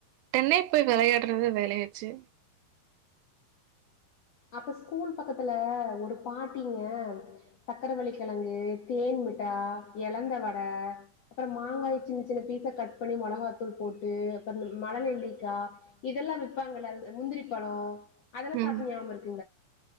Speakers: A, on the right; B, on the left.
A: உடனே போய் வெளையாடறதா வேலயாச்சு
B: அப்ப ஸ்கூல் பக்கத்துல ஒரு பாட்டிங்க சக்கரவள்ளி கெழங்கு தேன் மிட்டா எழந் த வட அப்பற மாங்காய் சின்ன சின்ன பீசா கட் பண்ணி மொளகாத்தூள் போட்டு அப்புற மலநெல்லிக்கா இதெல்லா விப்பாங்கல்ல அந்த முந்திரி பழோ அதெல்லா
A: ம்
B: சாப்ட்ட ஞாபகமிருக்